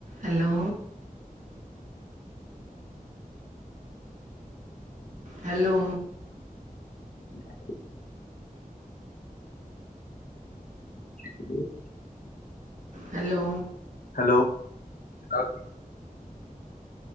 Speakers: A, on the right; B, on the left.
A: ਹੈਲੋ
B: <inaudible>
A: Hello
B: <inaudible> <inaudible>
A: hello
B: hello ਅੱਛਾ